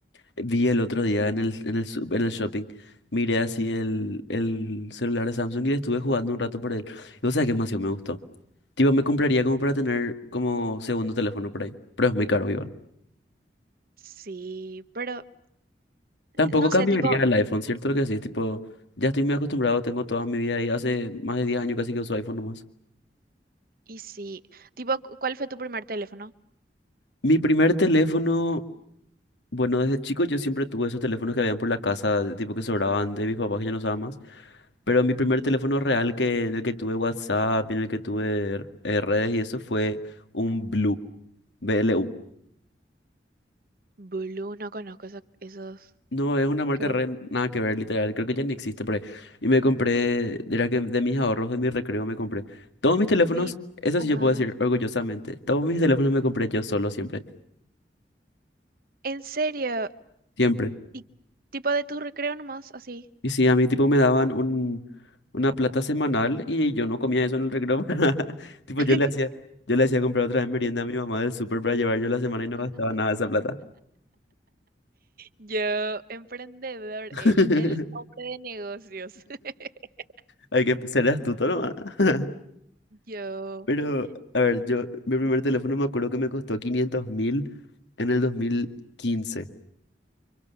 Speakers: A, on the left; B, on the right.
A: vi el otro día en el, en el, su- en el shopping, miré así el, el celular de Samsung y le estuve jugando un rato por él. Y vos sabés que demasiado me gustó. Tipo, me compraría como para tener como segundo teléfono por ahí, pero es muy caro igual.
B: Sí, pero
A: Tampoco
B: no
A: cambiaría
B: sé, tipo,
A: el iPhone, ¿cierto? Lo que sí, tipo, ya estoy muy acostumbrado, tengo toda mi vida ahí, hace más de 10 años casi que uso iPhone nomás.
B: y sí. Tipo, cu- ¿cuál fue tu primer teléfono?
A: Mi primer teléfono, bueno, desde chico yo siempre tuve esos teléfonos que habían por la casa, de tipo que sobraban de mis papás que ya no usaban más, pero mi primer teléfono real que, en el que tuve WhatsApp, en el que tuve eh, redes y eso fue un Blue, BLU.
B: Blue, no conozco esos, esos.
A: No, es una marca
B: Creo.
A: re, nada que ver, literal, creo que ya ni existe por ahí. Y me compré, era que de mis ahorros, de mi recreo me compré. Todos mis teléfonos,
B: Mi
A: eso
B: mamá.
A: sí yo puedo decir orgullosamente, todos mis teléfonos me compré yo solo siempre,
B: ¿En serio?
A: siempre.
B: ¿Y tipo de tu recreo nomás, así?
A: Y sí, a mí tipo me daban un... una plata semanal y yo no comía eso en el recreo. <laughs> Tipo,
B: <laughs>
A: yo le hacía, yo le hacía comprar otra vez merienda a mi mamá del súper para llevar yo la semana y no gastaba nada de esa plata.
B: Yo, emprendedor,
A: <laughs>
B: el, el hombre de negocios. <laughs>
A: Hay que ser astuto nomás. <laughs>
B: Yo,
A: Pero, a ver,
B: mi-
A: yo, mi primer teléfono me acuerdo que me costó quinientos mil en el dos mil quince